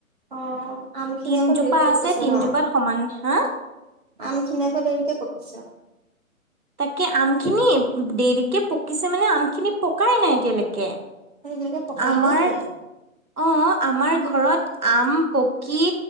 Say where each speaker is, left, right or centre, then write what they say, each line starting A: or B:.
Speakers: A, on the right (about 35°); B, on the right (about 80°).
A: অঁ আম খিনি
B: তিনজোপা
A: আকৌ দেৰিকে
B: আছে
A: পকিছে
B: তিনজোপাত
A: ন?
B: সমান হা
A: আম খিনি আকৌ দেৰিকে পকিছে
B: তাকে আমখিনি দেৰিকে পকিছে মানে, আমখিনি পকাই নাই এতিয়ালৈকে
A: আজিলৈকে পকাই
B: আমাৰ
A: নাই নি
B: অঁ আমাৰ ঘৰত আম পকী